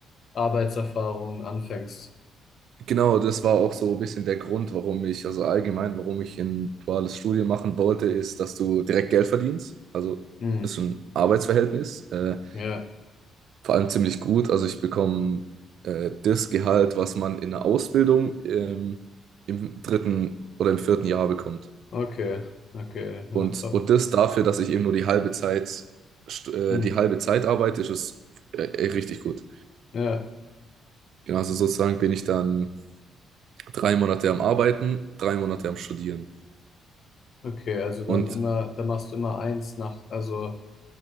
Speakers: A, on the left; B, on the right.
A: Arbeitserfahrung anfängst.
B: genau, das war auch so ein bisschen der Grund, warum ich, also allgemein, warum ich ein duales Studium machen wollte, ist, dass du direkt Geld verdienst. Also
A: Hm,
B: ist ein Arbeitsverhältnis. Äh,
A: ja,
B: vor allem ziemlich gut. Also ich bekomme äh, das Gehalt, was man in der Ausbildung ähm, im dritten oder im vierten Jahr bekommt.
A: okay, okay, ja,
B: Und,
A: top.
B: und das dafür, dass ich eben nur die halbe Zeit, st- äh,
A: Hm,
B: die halbe Zeit arbeite, ist es äh, richtig gut.
A: ja,
B: Genau, also sozusagen bin ich dann drei Monate am Arbeiten, drei Monate am Studieren.
A: okay, also dann
B: Und
A: immer, dann machst du immer eins nach, also